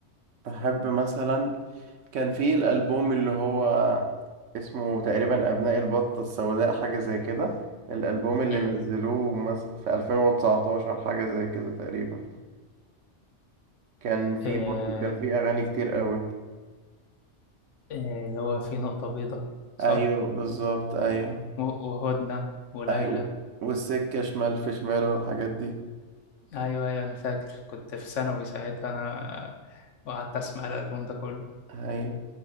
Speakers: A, on the right (about 80°); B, on the left (about 80°).
A: بحب مثلا كان في الألبوم اللي هو اسمه تقريبا أبناء البطة السوداء حاجة زي كده الألبوم اللي
B: مم.
A: نزلوه مس... في 2019 حاجة زي كده تقريبا كان في
B: آه،
A: برضه كان في أغاني كتير قوي
B: آه، اللي هو في نقطة بيضة صح؟
A: أيوه بالظبط أيوه
B: و- وهدنة وليلى
A: أيوه والسكة شمال في شمال والحاجات دي
B: ايوه ايوه انا فاكر كنت في ثانوي ساعتها انا وقعدت اسمع الالبوم ده كله
A: أيوه